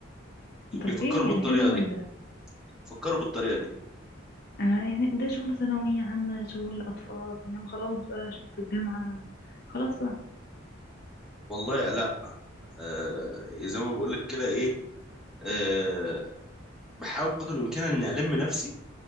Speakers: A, in the centre; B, on the left.
A: بيفكروا
B: طب إيه
A: بالطريقه
B: يعني إيه الهبل
A: دي
B: ده
A: فكروا بالطريقه دي
B: أنا يعني ده شغل ثانوية عامة شغل أطفال إنما خلاص بقى في الجامعة خلاص بقى
A: والله لا آه، زي ما بقول لك كده ايه آه، بحاول بقدر الامكان اني الم نفسي